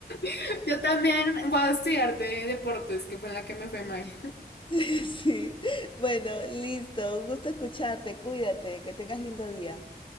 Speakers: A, on the left (about 80°); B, on the left (about 30°).
A: <laughs> Yo también voy a estudiar de deportes, que fue en la que me fue mal.
B: Sí, sí. Bueno, listo. Un gusto escucharte. Cuídate. Que tengas lindo día.